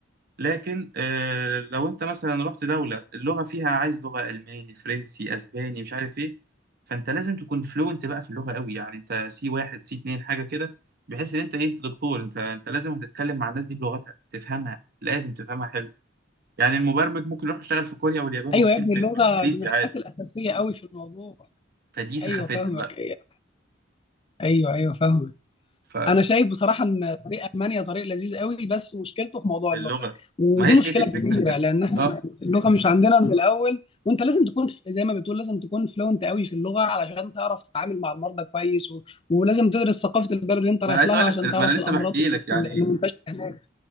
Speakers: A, on the right; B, on the left.
A: لكن آه، لو انت مثلا رحت دولة اللغة فيها عايز لغة ألماني فرنسي أسباني مش عارف ايه فانت لازم تكون فلوينت بقى في اللغة قوي يعني انت سي واحد سي اتنين حاجة كده بحيث ان انت ايه انت دكتور انت انت لازم هتتكلم مع الناس دي بلغتها تفهمها لازم تفهمها حلو يعني المبرمج ممكن يروح يشتغل في كوريا واليابان
B: ايوه
A: والصين
B: يا ابني
A: بال-
B: اللغه
A: بالانجليزي
B: دي من الحاجات
A: عادي
B: الاساسيه قوي في الموضوع
A: فدي سخافتها
B: ايوه فاهمك
A: بقى
B: ايوه ايوه فاهمك
A: ف...
B: انا شايف بصراحه ان طريق المانيا طريق لذيذ قوي بس مشكلته في موضوع
A: فاللغة
B: اللغه ودي
A: ما هي
B: مشكله
A: هي دي الفكرة
B: كبيره
A: <laughs>
B: لان احنا
A: اه
B: اللغه مش عندنا من الاول وانت لازم تكون في- زي ما بتقول لازم تكون فلوينت قوي في اللغه علشان تعرف تتعامل مع المرضى كويس و... ولازم تدرس ثقافه البلد اللي انت رايح
A: ما انا عايز
B: لها
A: اقول
B: عشان
A: لك ما
B: تعرف
A: انا لسه
B: الامراض
A: بحكي لك يعني
B: اللي اللي منتشره هناك